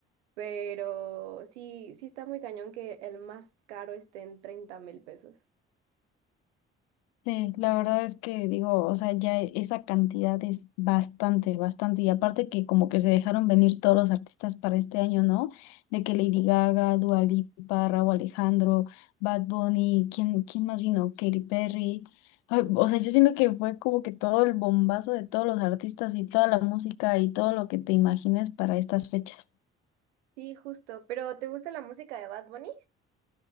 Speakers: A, on the right; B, on the left.
A: Pero sí, sí está muy cañón que el más caro esté en treinta mil pesos.
B: Sí, la verdad es que digo, o sea, ya e, esa cantidad es bastante, bastante. Y aparte que como que se dejaron venir todos los artistas para este año, ¿no? De que Lady Gaga, Dua Lipa, Rauw Alejandro, Bad Bunny, ¿quién, quién más vino? Katy Perry. Ay, o sea, yo siento que fue como que todo el bombazo de todos los artistas y toda la música y todo lo que te imagines para estas fechas.
A: Sí, justo. ¿Pero te gusta la música de Bad Bunny?